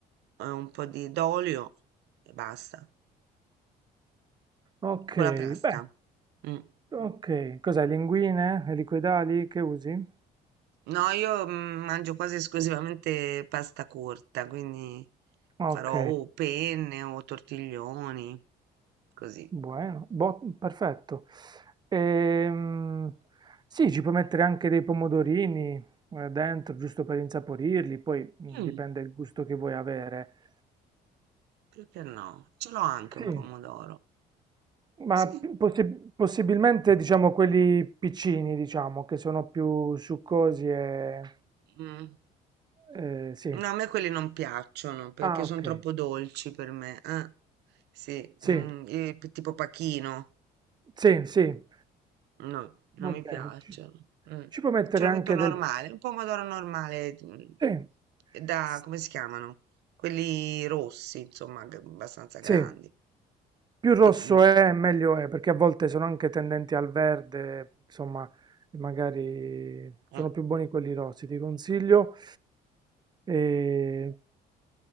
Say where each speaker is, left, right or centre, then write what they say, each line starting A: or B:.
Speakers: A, on the right; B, on the right.
A: eh, un po' di d'olio e basta,
B: Ok,
A: con la pasta.
B: beh.
A: Mm.
B: Ok, cos'è? Linguine e liquidali che usi?
A: No, io mm, mangio quasi esclusivamente pasta corta, quindi
B: Ok,
A: farò o penne o tortiglioni, così.
B: buono, bo- perfetto. Ehm, sì, ci puoi mettere anche dei pomodorini eh, dentro, giusto per insaporirli, poi mm,
A: Mm,
B: dipende il gusto che vuoi avere.
A: perché no? Ce l'ho anche
B: Sì.
A: un pomodoro.
B: Ma
A: Sì.
B: possi- possibilmente diciamo quelli piccini, diciamo, che sono più succosi e...
A: Mm.
B: eh, sì.
A: No, a me quelli non piacciono perché
B: Ah ok,
A: sono troppo dolci per me. eh. Sì,
B: sì,
A: mm, i- tipo pachino.
B: sì, sì,
A: No, non
B: va
A: mi
B: bene.
A: piacciono.
B: Ci,
A: Mm.
B: ci puoi mettere
A: Ce lo
B: anche
A: metto normale,
B: del...
A: un pomodoro normale, mm,
B: Sì,
A: da,
B: s-
A: come si chiamano? Quelli rossi, insomma, g- abbastanza grandi.
B: sì, Più rosso
A: Mm, mm.
B: è, meglio è, perché a volte sono anche tendenti al verde, insomma, magari sono
A: Eh,
B: più buoni quelli rossi, ti consiglio. E...